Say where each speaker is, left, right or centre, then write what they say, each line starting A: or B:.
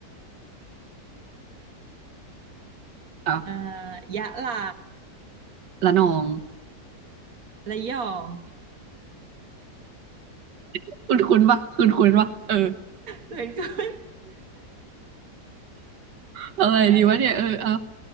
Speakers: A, on the right (about 80°); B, on the right (about 60°).
A: อ่ะ
B: เอ่อยะลา
A: ระนอง
B: ระยอง
A: <laughs> คุณคุณปะคุณคุณปะเออ
B: เหมือนกัน
A: เอาอะไรดีวะเนี่ยเออเอา
B: อะไร